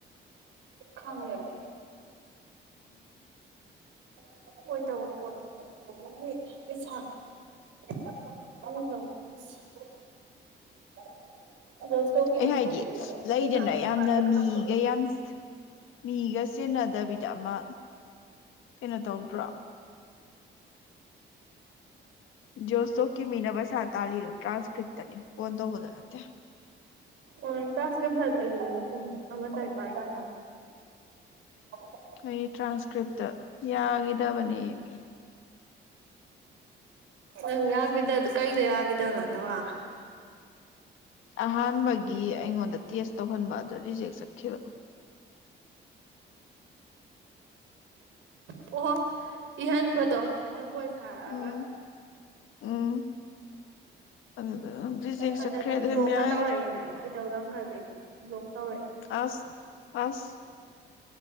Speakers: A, on the right; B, on the left.
A: ꯈꯪꯉꯦꯕ ꯑꯣꯏꯣꯏ ꯇꯧꯕ ꯀꯣꯩꯁꯗ ꯍꯣꯁꯇꯣꯇꯣ ꯊꯣꯛ
B: ꯑꯩ ꯍꯥꯏꯗꯤ ꯂꯩꯗꯅ ꯌꯥꯝꯅ
A: ꯄ
B: ꯃꯤꯒ ꯌꯥꯝ ꯃꯤꯒ ꯆꯦꯟꯅꯗꯕꯤꯗ ꯑꯃ ꯀꯩꯅꯣ ꯇꯧꯗ꯭ꯔꯣ ꯖꯣꯁꯣꯐꯀꯤ ꯃꯤꯅ ꯄꯩꯁꯥ ꯇꯥꯜꯂꯤꯔꯣ ꯇ꯭ꯔꯥꯟꯁꯀ꯭ꯔꯤꯞꯇꯅꯤ ꯐꯣꯟ ꯇꯧꯕꯗ ꯅꯠꯇꯦ
A: ꯑꯣꯣꯏ ꯆꯥꯁꯀꯤ ꯐ ꯁꯤ ꯑꯃ ꯇꯔ <inaudible>
B: ꯑꯩ ꯇ꯭ꯔꯥꯟꯁꯀ꯭ꯔꯤꯞꯇ ꯌꯥꯒꯗꯕꯅꯦꯃꯤ
A: ꯅꯪ ꯌꯥꯈꯤꯗ ꯀꯩꯗ ꯌꯥꯈꯤꯗꯕꯅꯗꯕ
B: ꯑꯍꯥꯟꯕꯒꯤ ꯑꯩꯉꯣꯟꯗ ꯇꯦꯁ ꯇꯧꯍꯟꯕ ꯑꯗꯨ ꯔꯤꯖꯦꯛ ꯆꯠꯈꯤꯕ
A: ꯑꯣꯍꯣ ꯏꯍꯟꯕꯗꯣ ꯃꯣꯏꯅꯕꯨꯣꯏ ꯊꯔꯑꯒ
B: ꯎꯝ ꯎꯝ ꯑꯗꯨꯗ ꯔꯤꯖꯦꯛ
A: ꯍꯟꯗꯛꯛꯇꯦ
B: ꯆꯠꯈ꯭ꯔꯦ ꯑꯗꯨ
A: ꯕ꯭ꯂꯣꯛꯀ
B: ꯑꯗꯨꯝ ꯌꯥꯒꯤꯗ꯭ꯔꯦ
A: ꯇꯧꯔꯛꯏꯅꯦ ꯀꯩꯗꯧꯗ ꯈꯗꯤꯅꯦ ꯕ꯭ꯂꯣꯛ ꯇꯧꯔꯛꯏ ꯍꯟꯗꯛꯇꯦ
B: ꯑꯁ ꯑꯁ